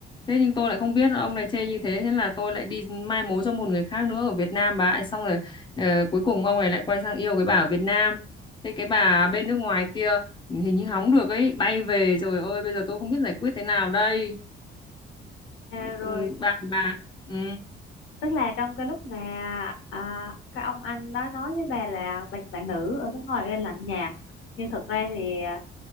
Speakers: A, on the left; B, on the left.
A: thế nhưng tôi lại không biết ông này chê như thế thế là tôi lại đi mai mối cho một người khác nữa ở Việt Nam bà ấy xong rồi ờ, cuối cùng ông này lại quay sang yêu cái bà ở Việt Nam thế cái bà bên nước ngoài kia hình như hóng được ấy bay về trời ơi bây giờ tôi không biết giải quyết thế nào đây
B: à rồi
A: ừ, bà bà ừ.
B: tức là trong cái lúc mà à, cái ông anh đó nói với bà là bạn, bạn nữ ở nước ngoài ra lạnh nhạt nhưng thực ra thì à,